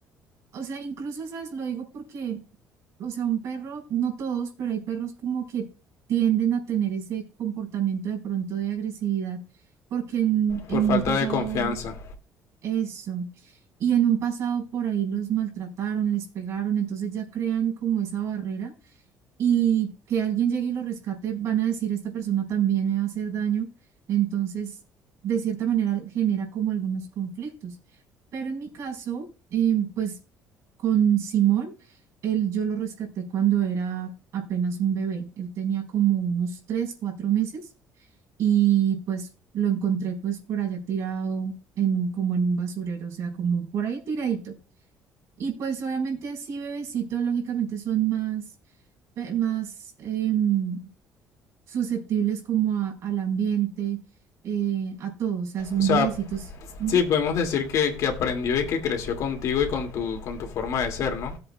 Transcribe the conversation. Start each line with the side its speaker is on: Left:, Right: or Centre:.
Right: o sea, incluso, ¿sabes? Lo digo porque, o sea, un perro, no todos, pero hay perros como que tienden a tener ese comportamiento de pronto de agresividad, porque en en
Left: por falta
Right: un pasado
Left: de confianza.
Right: eso. Y en un pasado por ahí los maltrataron, les pegaron, entonces ya crean como esa barrera y que alguien llegue y lo rescate, van a decir, esta persona también me va a hacer daño. Entonces, de cierta manera, genera como algunos conflictos. Pero en mi caso, eh, pues con Simón, él, yo lo rescaté cuando era apenas un bebé. Él tenía como unos tres, cuatro meses y pues lo encontré pues por allá tirado en un, como en un basurero, o sea, como por ahí tiradito. Y pues obviamente así bebecitos lógicamente son más, pe- más em, susceptibles como a- al ambiente, eh, a todo, o sea, son
Left: O sea,
Right: bebecitos. ujú.
Left: sí, podemos decir que, que aprendió y que creció contigo y con tu, con tu forma de ser, ¿no?